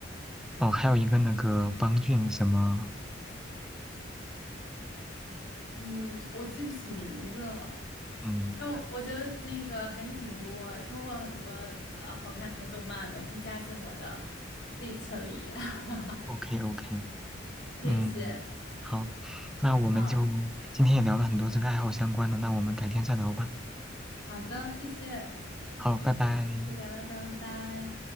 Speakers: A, in the centre; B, on the left (about 70°).
A: 哦，还有一个那个邦俊什么，
B: 嗯，我记不起名字了，
A: 嗯
B: 但我我觉得那个还是挺多，收获了很多呃好看的动漫的，我可以加进我的 list 里。<laughs>
A: ，OK OK，
B: 谢谢，
A: 嗯，好，那我们就今天也聊了很多这个爱好相关的，
B: 好
A: 那我们改天再聊吧。
B: 好的，谢谢，
A: 好，拜拜。
B: 就聊到这儿，拜拜。